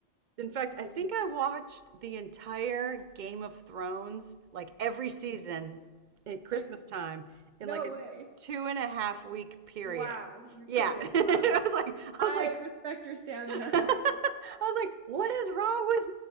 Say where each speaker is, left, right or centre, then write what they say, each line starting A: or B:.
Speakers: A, on the right; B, on the right.
A: In fact, I
B: Yeah.
A: think I watched the entire Game of Thrones, like every season at Christmas
B: Every
A: time in
B: no
A: like a
B: way.
A: two and a half week period.
B: Wow, you're
A: Yeah.
B: kidding.
A: <laughs> I
B: Wow.
A: was like, I
B: I
A: was like,
B: respect your stamina.
A: <laughs> I was like, "What is wrong with